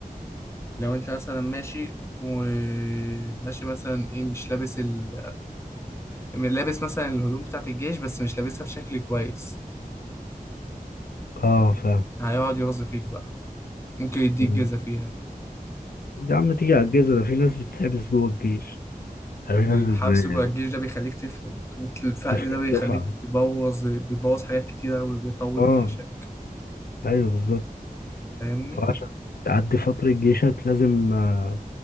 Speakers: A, on the left; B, on the left.
A: لو انت مثلا ماشي وماشي مثلا ايه مش لابس ال... لابس مثلا الهدوم بتاعت الجيش بس مش لابسها بشكل كويس
B: اه
A: هيقعد يرز فيك بقى ممكن يديك
B: فاهم
A: جزا فيها
B: يا عم تيجي على الجيزة ده في ناس بتتحبس جوه الجيش يعني في
A: الحبس
B: ناس بت-
A: جوه الجيش ده بيخليك تفقد والفقد
B: تفرق
A: ده بيخليك
B: الدفعة
A: تبوظ بيبوظ حاجات كتيرة وبيطول
B: اه
A: جيشك
B: ايوه بالظبط
A: فاهمني
B: فعشان تعدي فترة جيشك لازم آه،